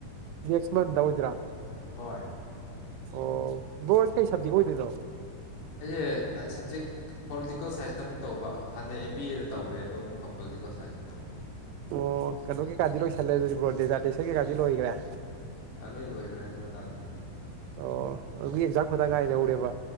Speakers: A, on the right; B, on the left.
A: ꯅꯦꯛꯁ ꯃꯟꯗ ꯑꯣꯏꯗꯣꯏꯔꯥ
B: ꯍꯣꯏ
A: ꯑꯣ ꯕ꯭ꯔꯣꯍꯣꯏꯁꯦ ꯀꯩ ꯁꯕꯖꯦꯛ ꯑꯣꯏꯗꯣꯏꯅꯣ
B: ꯑꯩꯌꯦ ꯑꯥꯏ ꯁꯕꯖꯦꯛ ꯄꯣꯂꯤꯇꯤꯀꯦꯜ ꯁꯥꯏꯟꯁꯇ ꯑꯃꯨꯛ ꯇꯧꯕ ꯍꯥꯟꯅ ꯑꯦꯝ ꯕꯤ ꯑꯦꯗ ꯇꯧꯔꯦ ꯑꯗꯣ ꯑꯃꯨꯛꯀ ꯄꯣꯂꯤꯇꯤꯀꯦꯜ ꯁꯥꯏꯟꯁꯇ ꯇꯧꯕ
A: ꯑꯣ ꯀꯩꯅꯣ ꯀꯩꯀꯥꯗꯤ ꯂꯣꯏꯁꯜꯂꯦ ꯑꯗꯨꯗꯤ ꯕ꯭ꯔꯣ ꯗꯦꯖꯥꯔꯗꯦꯁꯟ ꯀꯩꯀꯥꯗꯤ ꯂꯣꯏꯈ꯭ꯔꯦ
B: ꯑ ꯂꯣꯏ ꯂꯣꯏꯈ꯭ꯔꯦ ꯑꯗꯨ ꯑꯗꯥꯗꯤ
A: ꯑꯣ ꯑꯗꯨꯗꯤ ꯑꯦꯛꯖꯥꯝ ꯈꯛꯇ ꯉꯥꯏꯍꯧꯔꯦꯕ